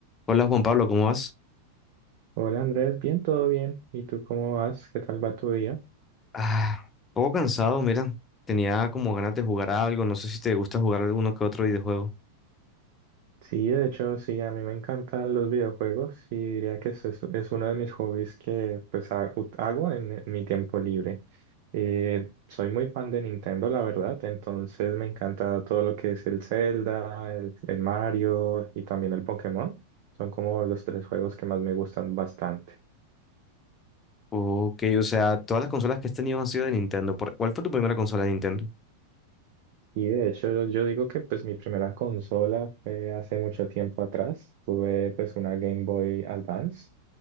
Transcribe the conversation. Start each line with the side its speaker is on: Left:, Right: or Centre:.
Left: Hola Juan Pablo, ¿cómo vas?
Right: Hola Andrés, bien, todo bien. ¿Y tú cómo vas? ¿Qué tal va tu día?
Left: Ah, un poco cansado, mira. Tenía como ganas de jugar a algo. No sé si te gusta jugar alguno que otro videojuego.
Right: Sí, de hecho, sí, a mí me encantan los videojuegos y diría que es, es, es uno de mis hobbies que pues ha- ut- hago en, en mi tiempo libre. Eh, soy muy fan de Nintendo, la verdad, entonces me encanta todo lo que es el Zelda, el, el Mario y también el Pokémon. Son como los tres juegos que más me gustan bastante.
Left: Ok, o sea, todas las consolas que has tenido han sido de Nintendo. ¿Por- ¿Cuál fue tu primera consola de Nintendo?
Right: Y de hecho yo, yo digo que pues mi primera consola fue hace mucho tiempo atrás. Tuve pues una Game Boy Advance